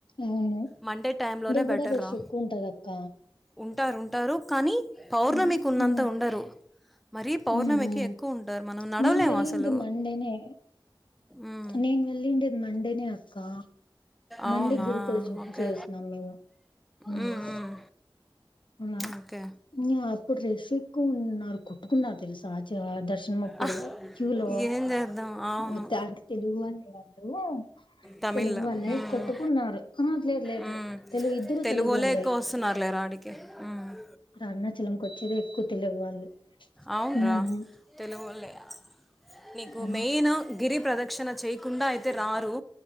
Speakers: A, on the left (about 65°); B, in the centre.
A: అవును.
B: మండే టైంలోనే
A: గూడా
B: బెటర్
A: రష్
B: రా.
A: ఎక్కువ ఉంటది అక్క.
B: ఉంటారు ఉంటారు కానీ పౌర్ణమికు
A: హ్మ్.
B: ఉన్నంత
A: హ్మ్.
B: ఉండరు. మరీ పౌర్ణమికి
A: హ్మ్. హ్మ్.
B: ఎక్కువ ఉంటారు మనం నడవలేము
A: నేను వెళ్ళింది
B: అసలు.
A: మండేనే.
B: మ్మ్.
A: నేను వెళ్ళిండేది మండేనే అక్కా. మండి
B: అవునా
A: గిరి ప్రదర్శన
B: ఓకే
A: చేసినం మేము ఉ.
B: మ్మ్, మ్మ్.
A: అలా
B: ఓకే
A: నా అప్పుడు రష్ కున్నారు కొట్టుకున్నారు తెలుసా ఆ దర్శనం అప్పుడు
B: ఆ,
A: క్యూలో.
B: ఏం చేద్దాం అవును
A: ఓ తది తెలుగు వాళ్ళే వాళ్ళు
B: తమిళ్
A: తెలుగు వాళ్ళే.
B: మ్మ్.
A: కొట్టుకున్నారు లేదు లేదు
B: మ్మ్.
A: తెలుగు ఇద్దరు తెలుగు
B: వాళ్ళే
A: వాల్లే.
B: ఎక్కువ వస్తున్నారు లేరా ఆడికి మ్మ్.
A: అరుణాచలం కి వచ్చేది ఎక్కువ తెలుగు వాళ్ళే
B: అవునరా
A: ఊహు.
B: తెలుగు వాళ్లే నీకు
A: ఆ!
B: మెయిన్ గిరి ప్రదక్. రక్షణ చేయకుండా అయితే రారు.